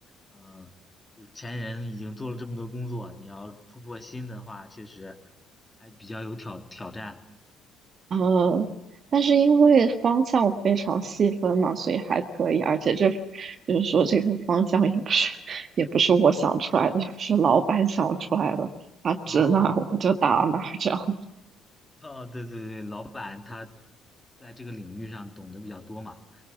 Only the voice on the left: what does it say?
呃，就是前人已经做了这么多工作，你要突破新的话，确实还比较有挑挑战。
哦哦，对对对，老板他在这个领域上懂得比较多嘛，